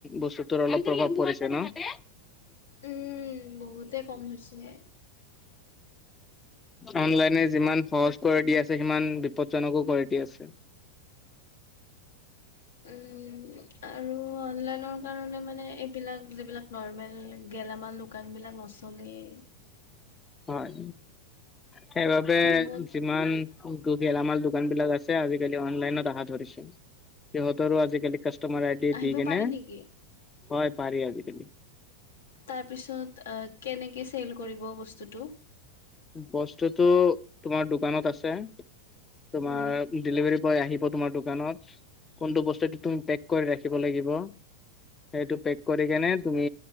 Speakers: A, on the left; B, on the left.
A: বস্তুতোৰ অলপ প্ৰভাৱ পৰিছে ন?
B: উম'। বহুতে কম হৈছে নে
A: অনলাইনে যিমান সহজ কৰি দি আছে সিমান বিপদজনকো কৰি দি আছে।
B: উম'। আৰু অনলাইনৰ কাৰণে মানে এইবিলাক যিবিলাক নৰ্মেল গেলামাল দো দুকান বিলাক নচলেই।
A: হয় সেইবাবে
B: বহুত
A: যিমান গেলামাল দোকান বিলাক আছে, আজিকালি অনলাইনত আহা ধৰিছে। সিহঁতৰো আজিকালি কাষ্ট তোমাৰ আইডিয়
B: আহিব
A: দি কেনে।
B: পাৰে নেকি?
A: হয় পাৰি আজিকালি।
B: তাৰপিছত কেনেকে চেল কৰিব বস্তুটো।
A: বস্তুতটো তোমাৰ দোকানত আছে। তোমাৰ
B: উম।
A: ডেলিভাৰী বয় আহিব। তোমাৰ দোকানত। কোনটো বস্তুটো তুমি পেক কৰি ৰাখিব লাগিব। সেইটো পেক কৰি কেনে তুমি